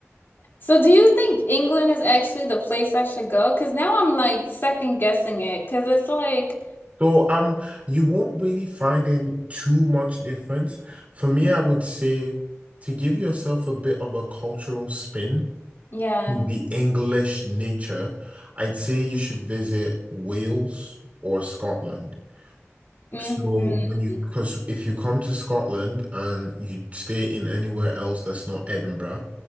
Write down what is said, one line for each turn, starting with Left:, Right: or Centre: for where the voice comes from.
Left: So do you think England is actually the place I should go? Because now I'm like second guessing it because it's like,
Right: So um, you won't really find in too much difference. For me, I would say to give yourself a bit of a cultural spin
Left: yeah.
Right: to the English nature, I'd say you should visit Wales or Scotland.
Left: Mm-hmm.
Right: So when you, because if you come to Scotland and you stay in anywhere else that's not Edinburgh,